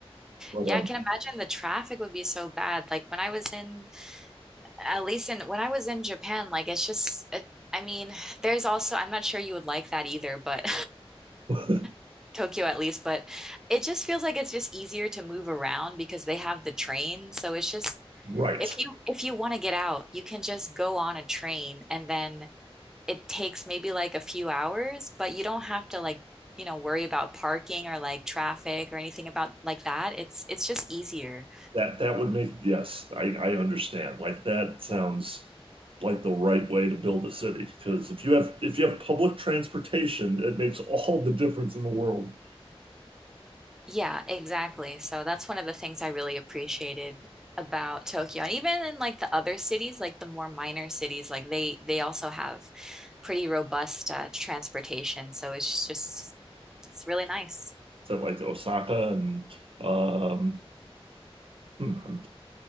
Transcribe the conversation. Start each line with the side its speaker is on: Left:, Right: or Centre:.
Right: But
Centre: yeah, I can imagine the traffic would be so bad. Like when I was in, at least in, when I was in Japan, like it's just, it, I mean, there's also, I'm not sure you would like that either, but
Right: um,
Centre: <laughs> Tokyo at least, but it just feels like it's just easier to move around because they have the train. So it's just,
Right: <laughs>
Centre: if
Right: right.
Centre: you if you want to get out, you can just go on a train and then it takes maybe like a few hours, but you don't have to like, you know, worry about parking or like traffic or anything about like that. It's it's just easier.
Right: That that would make yes, I I understand. Like that sounds like the right way to build a city because if you have if you have public transportation, it makes all the difference in the world.
Centre: Yeah, exactly. So that's one of the things I really appreciated about Tokyo. And even in like the other cities, like the more minor cities, like they they also have pretty robust uh, transportation. So it's just it's really nice.
Right: Is that like Osaka and um hmm, I'm-